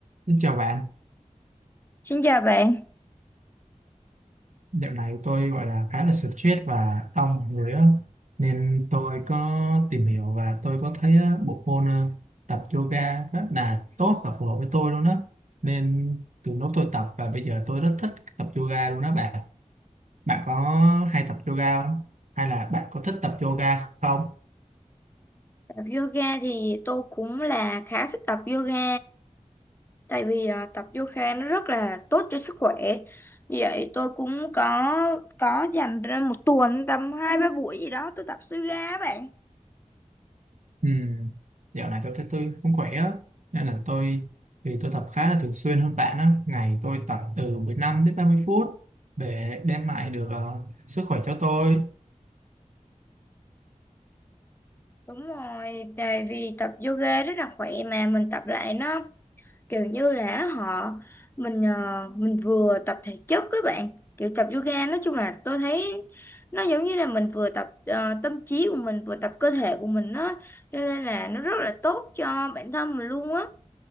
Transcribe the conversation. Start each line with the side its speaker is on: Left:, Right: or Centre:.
Right: Xin chào bạn,
Left: Xin chào bạn,
Right: dạo này tôi gọi là khá là stress và đông người á nên tôi có tìm hiểu và tôi có thấy á, bộ môn ờ, tập yoga rất là tốt và phù hợp với tôi luôn á nên từ lúc tôi tập và bây giờ tôi rất thích tập yoga luôn á bạn bạn có hay tập yoga không? Hay là bạn có thích tập yoga không?
Left: tập yoga thì tôi cũng là khá thích tập yoga tại vì à, tập yoga nó rất là tốt cho sức khỏe. Vì Vậy tôi cũng có có dành ra một tuần tầm hai ba buổi gì đó tôi tập yoga á bạn.
Right: Ừ. Dạo này tôi thấy tôi không khỏe á nên là tôi thì tôi tập khá là thường xuyên hơn bạn á ngày tôi tập từ 15 đến 30 phút để đem lại được ờ, sức khỏe cho tôi
Left: Đúng rồi, tại vì tập yoga rất là khỏe mà mình tập lại nó kiểu như là họ mình ờ, mình vừa tập thể chất các bạn kiểu tập yoga nói chung là tôi thấy nó giống như là mình vừa tập ờ, tâm trí của mình vừa tập cơ thể của mình á cho nên là nó rất là tốt cho bản thân mình luôn á